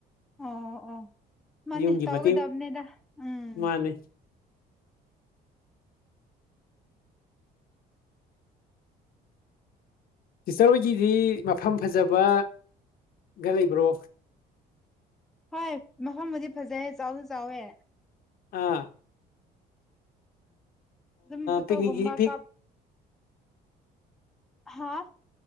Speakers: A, in the centre; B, on the left.
A: ꯑꯣ ꯑꯣ ꯃꯥꯅꯦ
B: ꯌꯨꯝꯖꯤꯃ
A: ꯇꯧꯒꯗꯕꯅꯦꯗ ꯎꯝ
B: ꯃꯥꯅꯦ ꯁꯤꯇꯔ ꯍꯣꯏꯒꯤꯗꯤ ꯃꯐꯝ ꯐꯖꯕ ꯒ ꯂꯩꯕ꯭ꯔꯣ
A: ꯍꯣꯏ ꯃꯐꯝꯕꯨꯗꯤ ꯐꯖꯩꯑꯦ ꯆꯥꯎꯁꯨ ꯆꯥꯎꯋꯦ
B: ꯑꯥ
A: ꯑꯗꯨꯝ ꯐꯣꯠꯇꯣꯒꯨꯝꯕꯥ
B: ꯄꯤꯛꯅꯤꯛꯀꯤ ꯄꯤꯛ
A: ꯀꯞ ꯍꯥꯥ